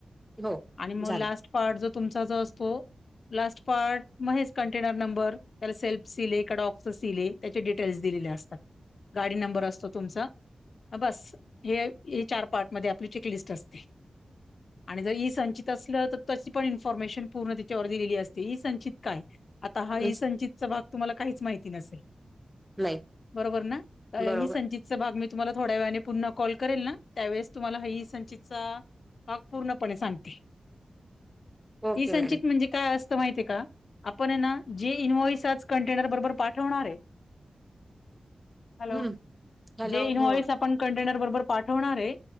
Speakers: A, in the centre; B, on the left (about 70°).
A: हो
B: आणि मग
A: झालं
B: लास्ट पार्ट जो तुमचा जो हो लास्ट पार्ट महेच कंटेनर नंबर त्याला सेल्फ सिले एका डॉक्स सिले त्याचे डिटेल्स दिलेले असतात. गाडी नंबर असतो तुमचा- बस, हे हे चार पार्टमध्ये आपलीच एक लिस्ट असते. आणि जर इई संचित असलं तर तशी पण इन्फॉर्मेशन पूर्ण त्याच्यावर दिलेली असते ई संचित काय आता हा
A: येस,
B: इ संंजितचा भाग तुम्हाला काहीच माहिती नसेल.
A: नाही
B: बरोबर ना, ह
A: बरोबर
B: संजित भाग मी तुम्हाला थोड्या वेळाने पुन्हा कॉल करेल ना, त्यावेळेस तुम्हाला ह संचितचा भाग पूर्णपणे सांगते.
A: ओके
B: इ संचित
A: मॅडम
B: म्हणजे, काय असतं माहितीय का, आपण ना जे इन्व्हॉइस आज कंटेनर बरोबर पाठवणार आहे.
A: <inaudible>
B: हॅलो,
A: हम्म हॅलो
B: जे इन
A: हो
B: व्हॉइस आपण कंटेनर बरोबर पाठवणार आहे.